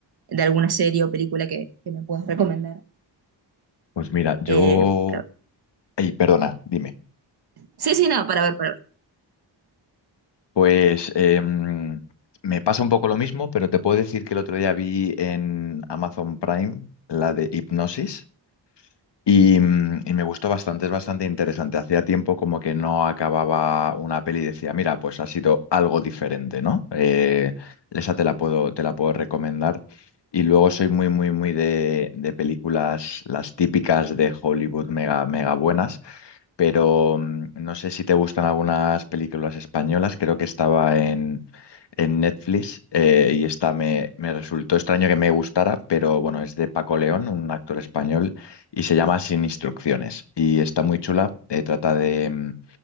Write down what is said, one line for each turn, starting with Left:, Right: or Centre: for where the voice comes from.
Right: de alguna serie o película que, que me puedas recomendar.
Left: Pues mira, yo...
Right: Eh, para-
Left: ay perdona, dime.
Right: sí, sí, no, para ver, para ver.
Left: Pues em, me pasa un poco lo mismo, pero te puedo decir que el otro día vi en Amazon Prime la de Hipnosis y, mm, y me gustó bastante, es bastante interesante. Hacía tiempo como que no acababa una peli y decía, mira, pues ha sido algo diferente, ¿no? Eh, esa te la puedo, te la puedo recomendar. Y luego soy muy, muy, muy de, de películas, las típicas de Hollywood mega, mega buenas. pero mm, no sé si te gustan algunas películas españolas, creo que estaba en, en Netflix eh, y esta me, me resultó extraño que me gustara, pero bueno, es de Paco León, un actor español, y se llama Sin instrucciones y está muy chula, eh, trata de... mm,